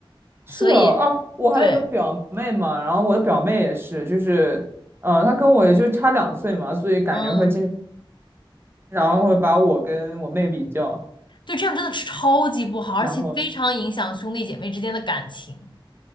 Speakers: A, on the right; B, on the left.
A: 是哦，
B: 所以
A: 哦、我还有个表妹嘛，
B: 对，
A: 然后我的表妹也是，就是，呃，她跟我也就差两岁嘛，所以感觉会经
B: 嗯，
A: 常会把我跟我妹比较，
B: 对，这样真的是超级不好，而且非常影响兄弟姐妹之间的感情，
A: 然后